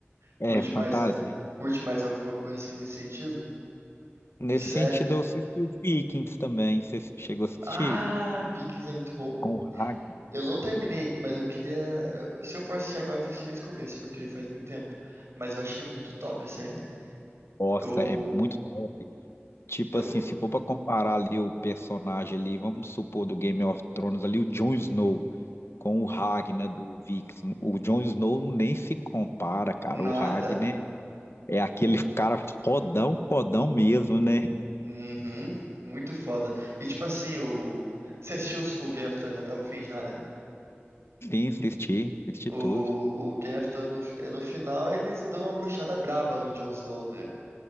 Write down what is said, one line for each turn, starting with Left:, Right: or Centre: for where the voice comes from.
Left: é
Right: Curte
Left: fantasia.
Right: mais, a- curte mais alguma coisa assim nesse sentido?
Left: Nesse
Right: De série?
Left: sentido, eu assisti os Vikings também. Você chegou a assistir?
Right: Ah, Vikings é muito bom.
Left: Com o Ragnar.
Right: Eu não terminei, mas eu queria. Se eu for assistir agora, tem que ser desde o começo, porque faz muito tempo. Mas eu achei muito top a série.
Left: Nossa,
Right: Eu.
Left: é muito top. Tipo
Right: Eu.
Left: assim, se for pra comparar ali o personagem ali, vamos supor do Game of Thrones ali, o Jon Snow com o Ragnar do Vikings. O Jon Snow nem se compara, cara.
Right: Nada.
Left: O Ragnar é aquele cara fodão, fodão mesmo, né?
Right: Uhum. Muito foda. E tipo assim, o. Você assistiu os- o Game of Thrones até o fim já, né?
Left: Sim, assisti, assisti
Right: O,
Left: tudo.
Right: o Game of Thrones, no, fi- no final, eles dão uma brochada braba no Jon Snow, né?